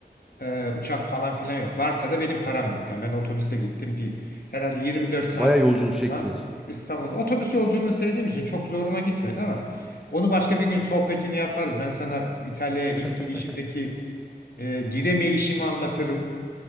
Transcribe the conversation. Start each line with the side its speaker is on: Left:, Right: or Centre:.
Left: Ee, uçak falan filan yok. Varsa da benim param yok. Yani ben otobüste gittim. Bir, herhalde 24 saat
Centre: Baya yolculuk
Left: İstanbul'dan
Centre: çektiniz.
Left: İstanbul'da. Otobüs yolculuğunu sevdiğim için çok zoruma gitmedi ama onu başka bir gün sohbetini yaparız. Ben sana İtalya'ya
Centre: <laughs>
Left: ilk gidişimdeki e, giremeyişimi anlatırım.